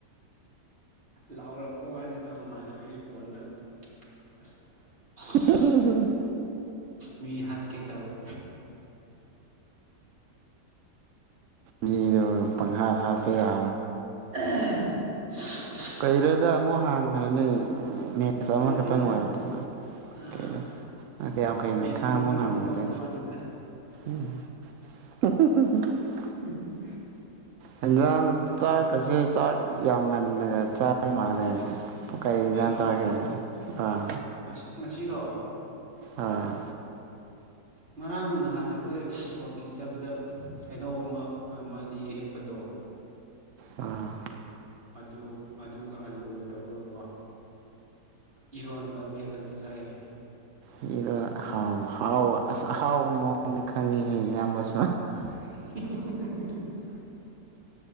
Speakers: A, on the right (about 35°); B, on the right (about 70°).
A: ꯂꯥꯎꯔꯛꯄ ꯋꯥꯅꯤꯗ ꯃꯃꯥꯟꯅꯕꯤꯒꯤ ꯐꯣꯟꯗ ꯑꯁ ꯕꯦꯔꯥꯅꯤꯍꯦ
B: ꯎꯝ
A: ꯃꯤ ꯍꯥꯠ ꯀꯩ ꯇꯧꯋꯦ
B: ꯃꯤꯗꯣ ꯄꯪꯍꯥ ꯍꯠꯄꯦ ꯌꯥ
A: <unintelligible>
B: ꯀꯩꯔꯣꯗ ꯑꯃꯨꯛ ꯍꯥꯡꯈ꯭ꯔꯅꯤ ꯃꯦꯁ
A: ꯀꯨꯏꯔꯣꯏꯗ
B: ꯑꯃꯈꯛꯇꯪ ꯑꯣꯏꯗꯅ
A: ꯑꯥ
B: ꯀꯦ ꯑꯥ ꯀꯌꯥꯝ ꯀꯨꯏꯅꯥ
A: ꯃꯦꯠꯆ
B: ꯈꯥꯡꯕ
A: ꯑꯃꯈꯛꯇꯪ
B: ꯉꯝꯒꯗꯣꯏꯅꯣ
A: ꯇꯣꯛꯄ ꯋꯥꯅꯤꯗ
B: ꯎꯝ <unintelligible>
A: <unintelligible>
B: ꯌꯦꯟꯖꯥꯡ ꯆꯥꯛꯀꯁꯦ ꯆꯥꯛ ꯌꯥꯝꯉꯥꯟꯅꯥꯒ ꯆꯥꯕ ꯃꯥꯥꯟꯂꯦ ꯄꯀꯩ ꯏꯖꯥꯡ
A: ꯑꯩꯔꯣ
B: ꯆꯒꯦ ꯑꯥ
A: ꯉꯁꯤ ꯉꯁꯤꯔꯣ
B: ꯑꯥ
A: ꯉꯔꯥꯡ ꯅꯍꯥꯟ ꯑꯩꯈꯣꯏ ꯋꯀꯤꯡ ꯆꯠꯕꯗ ꯍꯩꯅꯧ ꯑꯃ ꯑꯃ ꯑꯅꯤ ꯍꯦꯛꯄꯗꯣ
B: ꯑꯥ
A: ꯑꯗꯨ ꯑꯗꯨꯒ ꯑꯂꯨꯒ ꯇꯧꯔꯒꯀꯣ ꯏꯔꯣꯟꯕ ꯃꯦꯠꯂꯒ ꯆꯥꯏꯑꯦ
B: ꯃꯤꯅꯥ ꯍꯥꯎꯕ ꯍꯥꯎꯕ ꯑꯁ ꯑꯍꯥꯎꯕ ꯃꯑꯣꯡꯗ ꯈꯪꯉꯤꯍꯦ ꯏꯌꯥꯝꯕꯁꯨ
A: <unintelligible>